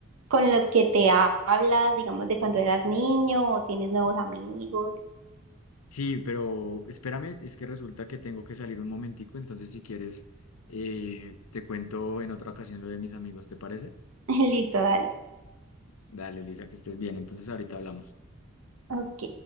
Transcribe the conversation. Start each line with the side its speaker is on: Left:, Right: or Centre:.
Right: con los que te ha- hablas, digamos, de cuando eras niño o tienes nuevos amigos?
Left: Sí, pero espérame, es que resulta que tengo que salir un momentico, entonces si quieres, eh, te cuento en otra ocasión lo de mis amigos, ¿te parece?
Right: <laughs> Listo, dale.
Left: Dale, Elisa, que estés bien. Entonces ahorita hablamos.
Right: Ok.